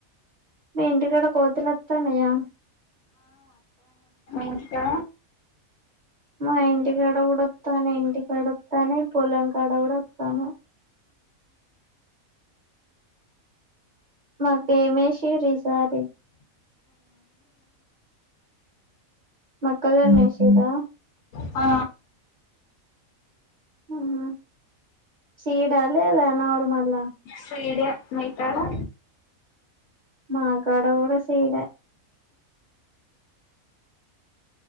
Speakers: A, on the right; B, on the left.
A: మీ ఇంటికాడ కోతులు వత్తాన్నాయా
B: ఇంకా
A: మా ఇంటికాడ కూడా వత్తానయ్ ఇంటికాడ వత్తానయ్ పొలం కాడ కూడా వత్తానయ్ మాకి ఏం ఎసిరు ఈసారి మొక్క జొన్న ఎసిరా
B: ఆ
A: హ్మ్ సిడా లేదా నార్మల్
B: సిడే మీ కాడా
A: మకాడ కూడా సిడే